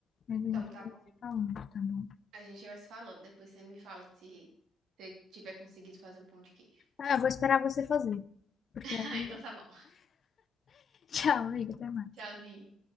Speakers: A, on the left; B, on the right.
A: mas a
B: Então
A: gente
B: tá
A: vai se
B: bom.
A: falando, tá bom?
B: A gente vai se falando. Depois você me fala se você tiver conseguido fazer um pão de queijo.
A: Ah, eu vou esperar você fazer. Porque
B: <laughs>
A: aí
B: Ah, então
A: eu...
B: tá bom.
A: <laughs> Tchau, amiga, até mais.
B: Tchauzinho.